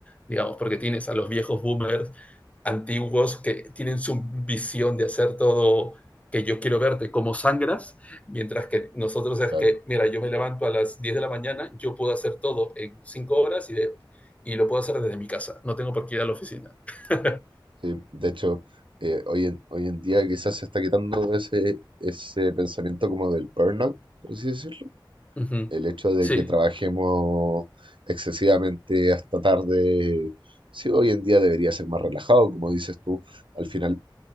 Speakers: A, on the left; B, on the right.
A: digamos, porque tienes a los viejos boomers antiguos que tienen su visión de hacer todo que yo quiero verte como sangras, mientras que nosotros es
B: claro.
A: que, mira, yo me levanto a las 10 de la mañana, yo puedo hacer todo en 5 horas y, de, y lo puedo hacer desde mi casa, no tengo por qué ir a la oficina. <laughs>
B: Sí, de hecho, eh, hoy en, hoy en día quizás se está quitando ese, ese pensamiento como del burnout, por así decirlo.
A: uh -huh.
B: El hecho de
A: Sí,
B: que trabajemos excesivamente hasta tarde, sí, hoy en día debería ser más relajado, como dices tú. Al final,